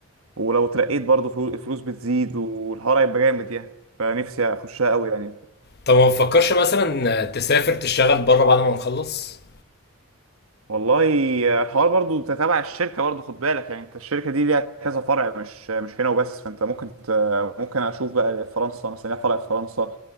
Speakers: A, on the right (about 70°); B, on the left (about 45°).
A: ولو اترقيت برضه فلو- الفلوس بتزيد والحوار هيبقى جامد يعني فنفسي اخشها قوي يعني
B: طب ما تفكرش مثلا تسافر تشتغل بره بعد ما نخلص؟
A: والله الحوار برضو انت تبع الشركه برضو خد بالك يعني انت الشركه دي ليها كذا فرع مش مش هنا وبس فانت ممكن ت... ممكن اشوف بقى فرنسا مثلا ليها فرع في فرنسا